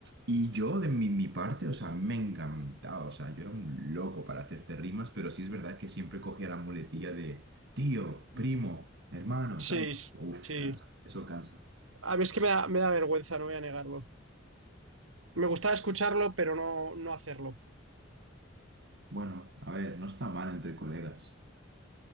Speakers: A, on the right (about 60°); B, on the right (about 85°).
A: Y yo, de mi, mi parte, o sea, a mí me encantaba, o sea, yo era un loco para hacerte rimas, pero sí es verdad que siempre cogía la muletilla de tío, primo, hermano,
B: Sí,
A: ¿sabes? Uf,
B: sí.
A: cansa, eso cansa.
B: A mí es que me da, me da vergüenza, no voy a negarlo. Me gustaba escucharlo, pero no, no hacerlo.
A: Bueno, a ver, no está mal entre colegas.